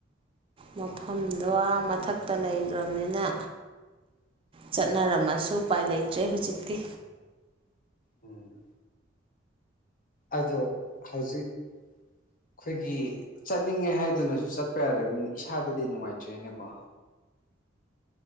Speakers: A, on the right; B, on the left.
A: ꯃꯐꯝꯗꯣ ꯑꯥ ꯃꯊꯛꯇ ꯂꯩꯒ꯭ꯔꯝꯅꯤꯅ ꯆꯠꯅꯔꯝꯃꯁꯨ ꯎꯄꯥꯏ ꯂꯩꯇ꯭ꯔꯦ ꯍꯧꯖꯤꯛꯇꯤ
B: ꯎꯝ ꯑꯗꯣ ꯍꯧꯖꯤꯛ ꯑꯩꯈꯣꯏꯒꯤ ꯆꯠꯅꯤꯡꯉꯦ ꯍꯥꯏꯗꯨꯅꯁꯨ ꯆꯠꯄ ꯌꯥꯔ ꯃꯤꯅꯤ ꯏꯁꯥꯗꯗꯤ ꯅꯨꯡꯉꯥꯏꯇ꯭ꯔꯣꯏꯅꯦꯀꯣ